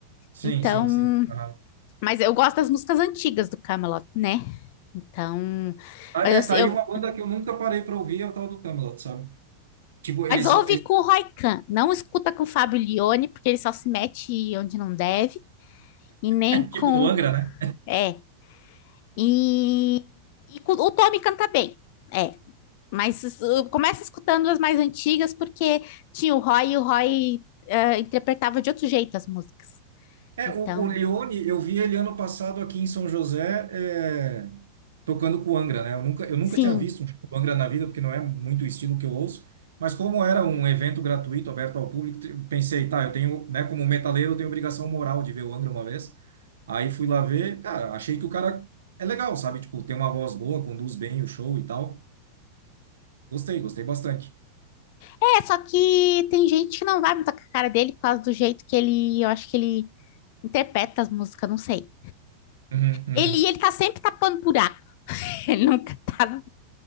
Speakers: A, on the right (about 65°); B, on the left (about 50°).
A: Sim,
B: Então,
A: sim, sim. Aham.
B: mas eu gosto das músicas antigas do Camelot, né? Então,
A: Ah,
B: mas
A: É, tá
B: eu,
A: aí uma
B: eu
A: banda que eu nunca parei para ouvir, é o tal do Camelot, sabe? Tipo,
B: mas
A: eles
B: ouve
A: são... eles-
B: com o Roy Khan, não escuta com o Fábio Lione, porque ele só se mete onde não deve, e nem
A: <laughs>
B: com,
A: tipo, no Angra, né?
B: é, E, e co- o Tommy canta bem, é. Mas uh, começa escutando as mais antigas, porque tinha o Roy e o Roy eh, interpretava de outro jeito as músicas.
A: É,
B: Então,
A: o, o Lione, eu vi ele ano passado aqui em São José, é, tocando com o Angra, né? Eu nunca, eu nunca
B: sim.
A: tinha visto um show do Angra na vida, porque não é muito o estilo que eu ouço, mas como era um evento gratuito, aberto ao público, te- eu pensei, tá, eu tenho, né, como metaleiro, eu tenho obrigação moral de ver o Angra uma vez. Aí fui lá ver, cara, achei que o cara é legal, sabe? Tipo, tem uma voz boa, conduz bem o show e tal. Gostei, gostei bastante.
B: É, só que tem gente que não vai muito com a cara dele por causa do jeito que ele, eu acho que ele interpreta as músicas, não sei.
A: Uhum, uhum.
B: Ele, ele tá sempre tapando buraco. <laughs> Ele nunca tá